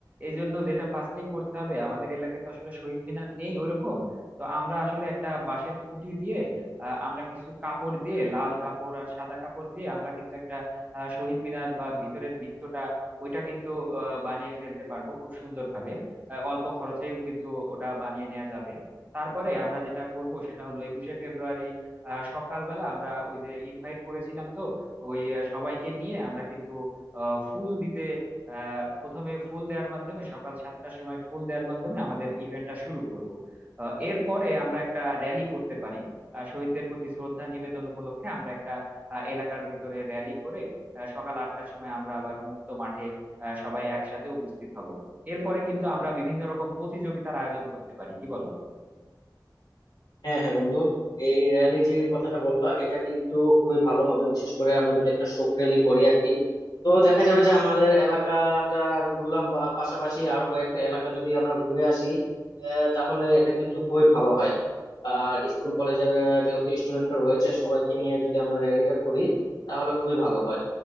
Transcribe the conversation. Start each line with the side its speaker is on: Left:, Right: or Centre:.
Right: এই জন্য যেটা ফার্স্টে করতে হবে আমাদের এলাকায় তো আসলে শহীদ মিনার নেই ওরকম তো আমরা আসলে একটা বাঁশের খুঁটি দিয়ে আহ, আমরা কিছু কাপড় দিয়ে লাল কাপড় আর সাদা কাপড় দিয়ে আমরা কিন্তু একটা আহ, শহীদ মিনার বা ভিতরের বৃত্তটা ওইটা কিন্তু আহ, বানিয়ে ফেলতে পারবো খুব সুন্দরভাবে আহ, অল্প খরচেও কিন্তু ওটা বানিয়ে নেওয়া যাবে তারপরে আমরা যেটা করব সেটা হলো একুশে ফেব্রুয়ারি আহ সকালবেলা আমরা ওই যে ইনভাইট করেছিলাম তো ওই আহ, সবাইকে নিয়ে আমরা কিন্তু আহ ফুল দিতে আহ প্রথমে ফুল দেওয়ার মাধ্যমে সকাল সাতটার সময় ফুল দেওয়ার মাধ্যমে আমাদের ইভেন্টটা শুরু করব আহ, এরপরে আমরা একটা র্যালি করতে পারি আহ, শহীদদের প্রতি শ্রদ্ধা নিবেদন উপলক্ষে আমরা একটা আহ, এলাকার ভিতরে র্যালি করে আহ, সকাল আটটার সময় আমরা আবার মুক্ত মাঠে আহ, সবাই একসাথে উপস্থিত হব এরপরে কিন্তু আমরা বিভিন্ন রকম প্রতিযোগিতার আয়োজন করতে পারি কি বলো
Left: হ্যাঁ হ্যাঁ বন্ধু এই র্যালি যে কথাটা বললা এটা কিন্তু খুবই ভালো হবে বিশেষ করে আমরা যদি একটা শোক র্যালি করি আর কি তো দেখা যাবে যে আমাদের এলাকাটা ঘুরলাম বা পাশাপাশি আরো কয়েকটা এলাকা যদি আমরা ঘুরে আসি আহ, তাহলে এটা কিন্তু খুবই ভালো হয় আর স্কুল কলেজের আহ, যেহেতু স্টুডেন্টরা রয়েছে সবাইকে নিয়ে যদি আমরা র্যালিটা করি তাহলে খুবই ভালো হয়